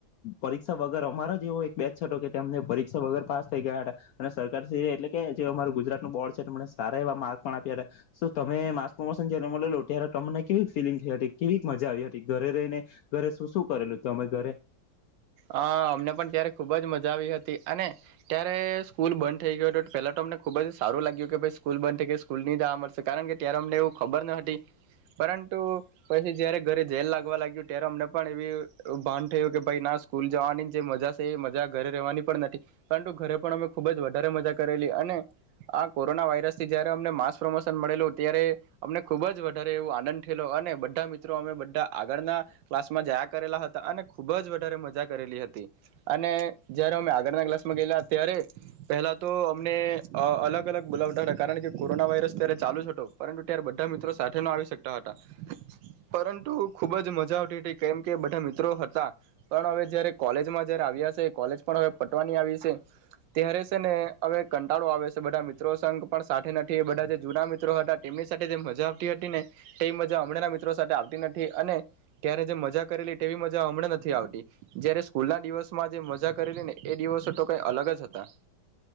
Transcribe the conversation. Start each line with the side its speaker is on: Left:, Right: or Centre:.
Left: પરીક્ષા વગર અમારા જ એવો એક બેચ હતો કે તેમને પરીક્ષા વગર પાસ થઈ ગયા હટા અને સરકારશ્રી એટલે કે જે અમારૂ ગુજરાત નું બોર્ડ છે, મને સારા એવા માર્ક પણ આપ્યા હતા, સુ તમે માસ પ્રમોશન જયારે મલેલુ ત્યારે તમને કેવી ફીલિંગ થઈ હતી? કેવી મજા આવી હતી? ઘરે રહીને, ઘરે શું શું કરેલું ત અમે ઘરે
Right: હ અમને પણ ત્યારે ખુબ જ મજા આવી હતી અને ત્યારે સ્કૂલ બંધ થઈ ગયો હટો પહેલા ટો અમને ખુબ જ સારું લાગ્યું કે ભઈ, સ્કૂલ બંધ થઈ ગઈ, સ્કૂલ ની જાવા મલસે કારણ કે ત્યારે અમને એવું ખબર ન હટી. પરંતુ પછી જયારે ઘરે જેલ લાગવા લાગ્યું ત્યારે અમને પણ એવી ભાન થયું કે ભાઈ ના સ્કુ સ્કૂલ જવાની જે મજા છે એ મજા ઘરે રહેવાની પણ નથી, પરંટુ ઘરે પણ અમે ખૂબ જ વધારે મજા કરેલી અને આ કોરોના વાયરસથી જયારે અમને માસ પ્રમોશન મળેલું ત્યારે અમને ખુબ જ ત્યારે એવો આનંદ ઠેલો અને બધા મિત્રો અમે બ આગળના ક્લાસમાં જયા કરેલા હતા અને ખુબ જ વધારે મા કરેલી હતી અને જયારે અમે આગળના ક્લાસમાં ગયેલા, ત્યારે પહેલા તો અમને અલગ અલગ બોલાવટાટા. કારણ કે કોરોના વાયરસ ત્યારે ચાલુ જ હટો, પરંટુ ત્યારે બધા મિત્રો સાથે ન આવી સ કટા હટા પરંટુ ખુબ જ મજા આવટી હટી કેમ કે બઢા મિત્રો હતા. પણ હવે જય્યારે કોલેજમાં જય્યારે આવ્યા છે કોલેજ પણ હવે પટવાની આવી છે ત્યારે છે ને હવે કંટાળો આવે છે બધા મિત્રો સંઘ પણ સાથે નથી બધા જે જૂના મિત્રો હતા તેમની સાથે જે મજા આવતી હતી ને તેવી મજા હમણાં મિત્રો સાથે આવતી નથી અને ત્યારે જે મજા કરેલી તેવી મજા હમણાં નથી આવતી. જયારે સ્કૂલના દિવસમાં જે મજા કરેલી ને એ દિવસો તો કઈ અલગ જ હતા.